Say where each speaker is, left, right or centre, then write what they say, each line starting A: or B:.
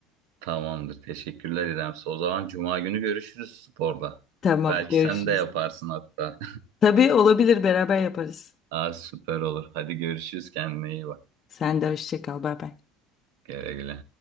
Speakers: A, on the right; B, on the left.
A: Tamamdır. Teşekkürler İremsi. O zaman Cuma günü görüşürüz sporda.
B: Tamam,
A: Belki
B: görüşürüz.
A: sen de yaparsın hatta.
B: Tabii olabilir, beraber yaparız.
A: <laughs> Aa, süper olur. Hadi görüşürüz. Kendine iyi bak.
B: Sen de hoşça kal, bay bay.
A: Güle güle.